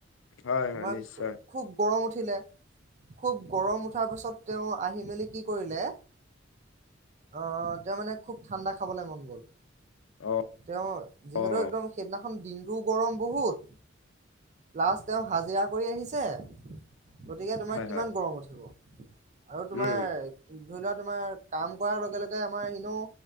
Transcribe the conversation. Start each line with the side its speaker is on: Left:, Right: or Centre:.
Left: হয় হয়
Right: তোমাৰ
Left: নিশ্চয়
Right: খুব গৰম উঠিলে খুব গৰম উ উঠাৰ পাছত তেওঁ আহি মেলি কি কৰিলে অ', তেওঁৰ মানে খুব ঠাণ্ডা খাবলে মন গ'ল।
Left: অ'
Right: তেওঁ যিহেতু
Left: অ'
Right: একদম সেইদিনা খন দিনটোও গৰম বহুত, ল্লাষ্ট তেওঁ হাজিৰা কৰি আহিছে গতিকে তোমাৰ
Left: হয়
Right: কিমান
Left: হয়
Right: গৰম উঠিব। আৰু তোমাৰ
Left: উম
Right: ধৰি লোৱা তোমাৰ কাম কৰাৰ লগে লগে আমাৰ এনেও